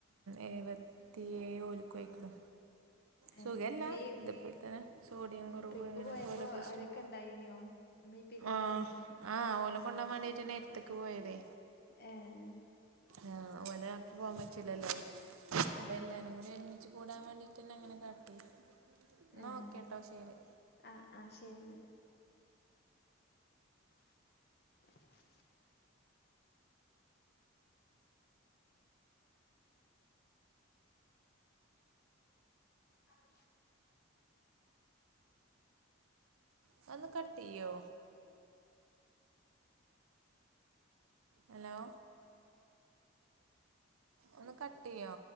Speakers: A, on the right (about 75°); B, on the left (about 45°).
A: എഴപത്തിയേയോലുക്കു ആയ്ക്കണു. സുഖല്ല
B: ഏ ഈ
A: ഇത്പ്പോല്ത്തന്നെ സോഡിയം കുറവ്
B: ട്രിപ്പ്
A: ഇങ്ങനെയൊക്കെ
B: പോയപ്പോ
A: ഓരൊ പ്രശ്നം.
B: അവരൊക്കെ ഇണ്ടായിനിയോ ഉമ്മീം ഇപ്പിയൊക്കെ
A: ആഹ്
B: ഇണ്ടായിനിയോ
A: ആഹ് ഓലെ കൊണ്ടാൻ
B: ഏഹ്
A: വേണ്ടിട്ട് നേരത്തേക്ക് പോയതേ
B: ഏഹ്
A: ആഹ് ഓലെ ആക്കി പോകാൻ പറ്റില്ലല്ലോ അപ്പൊ
B: ആഹ്
A: എല്ലാരും കൂടി എഴുമണിക്ക്. കൂടാൻ വേണ്ടിട്ടന്നെ അങ്ങനെ കാട്ടി എന്നാ
B: ആഹ
A: ഓക്കേട്ടോ ശരി
B: ആഹ ആഹ ശരി എന്നാൽ. <inaudible> അത്
A: അത് ഒന്ന് കട്ടെയോ ഹലോ ഒന്ന് കട്ടെയൊ